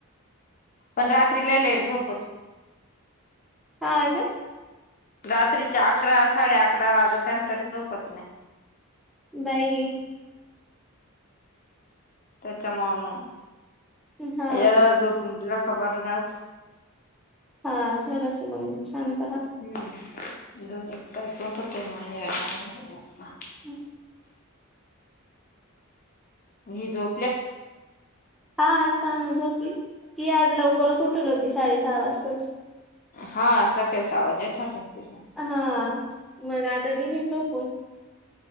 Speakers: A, on the left (about 40°); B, in the centre.
A: पण रात्रीला लेट झोपत.
B: हा आ का.
A: रात्रीच्या अकरा साडे अकरा वाजत त्यांतर झोपत नाही.
B: बाई.
A: त्याच्यामुळे मग
B: हा
A: जो पुंजला खबर राहत.
B: हा धड अस म्हणून छानत.
A: हम्म दोन एक तास झोपत आहे मज्या टायमला मस्त.
B: हम् <inaudible>
A: ही जो
B: हा साणू झोपली की आज लवकरच उठल होती साडेसहा वाजताच.
A: हा सकाळी सा आवजेे तोत तिथ.
B: हा मग आता दिली झोपून.